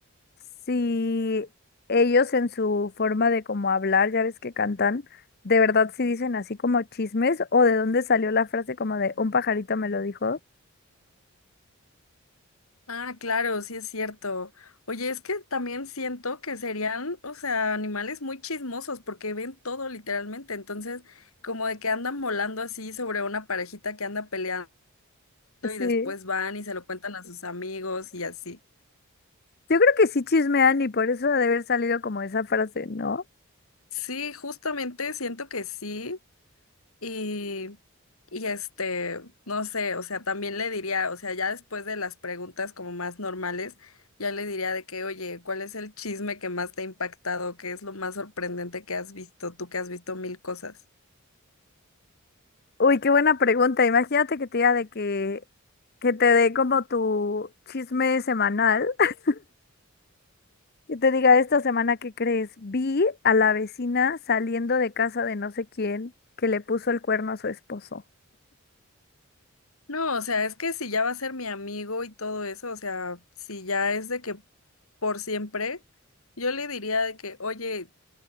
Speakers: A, on the left (about 45°); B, on the left (about 75°).
A: Si ellos en su forma de como hablar, ya ves que cantan, de verdad si dicen así como chismes o de dónde salió la frase como de un pajarito me lo dijo.
B: Ah, claro, sí es cierto. Oye, es que también siento que serían, o sea, animales muy chismosos porque ven todo literalmente, entonces como de que andan volando así sobre una parejita que anda peleando y
A: Sí.
B: después van y se lo cuentan a sus amigos y así.
A: Yo creo que sí chismean y por eso ha de haber salido como esa frase, ¿no?
B: Sí, justamente siento que sí. Y, y este, no sé, o sea, también le diría, o sea, ya después de las preguntas como más normales, ya le diría de que, oye, ¿cuál es el chisme que más te ha impactado? ¿Qué es lo más sorprendente que has visto? Tú que has visto mil cosas.
A: Uy, qué buena pregunta. Imagínate que te diga de que, que te dé como tu chisme semanal, <laughs> que te diga esta semana que crees, vi a la vecina saliendo de casa de no sé quién que le puso el cuerno a su esposo.
B: No, o sea, es que si ya va a ser mi amigo y todo eso, o sea, si ya es de que por siempre, yo le diría de que, oye,